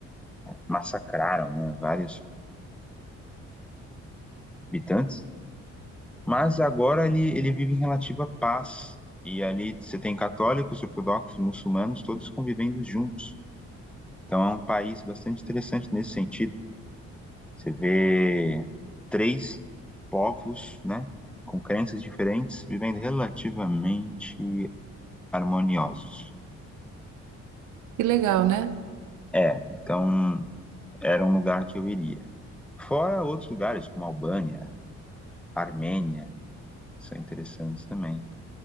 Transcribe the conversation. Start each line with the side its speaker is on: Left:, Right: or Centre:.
Centre: massacraram, né, vários habitantes. Mas agora ele, ele vive em relativa paz. E ali você tem católicos, ortodoxos, muçulmanos, todos convivendo juntos. Então é um país bastante interessante nesse sentido. Você vê três povos, né, com crenças diferentes, vivendo relativamente harmoniosos.
Right: Que legal, né?
Centre: É, então era um lugar que eu iria. Fora outros lugares como Albânia, Armênia, são interessantes também.